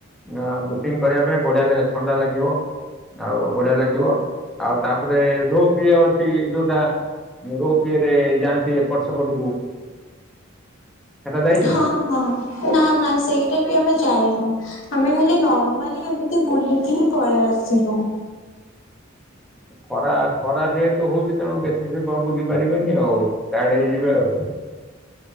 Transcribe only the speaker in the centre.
ଆ ବୋଟିଂ କରିଆ ପାଇଁ ବଢିଆ ଲାଗେ ଥଣ୍ଡା ଲାଗିବ। ଆଉ ବଢିଆ ଲାଗିବ ଆଉ ତାପରେ ରୋଗ ପିଏ ଅଛି ଯୋଉଟା ରୋଗିରେ ଯାଆନ୍ତି ଏପଟ ସେପଟକୁ। ସେଟା ଯାଇଛନ୍ତି?
ଖରା ଖରା ଯେହେତୁ ହଉଛି ତେଣୁ ବେଶୀ ସମୟ ବୁଲି ପାରିବେନି ଆଉ ଟାଏଡ ହେଇ ଯିବେ ଆଉ।